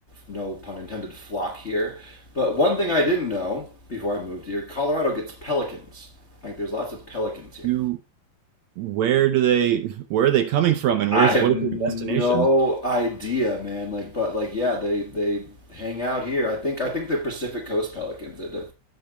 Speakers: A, on the left; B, on the right.
A: no pun intended, flock here. But one thing I didn't know before I moved here, Colorado gets pelicans. Like there's lots of pelicans here.
B: You where do they where are they coming from and
A: I
B: where's
A: have
B: what
A: no
B: is their destination?
A: idea, man. Like, but like, yeah, they they hang out here. I think I think they're Pacific Coast pelicans. That have,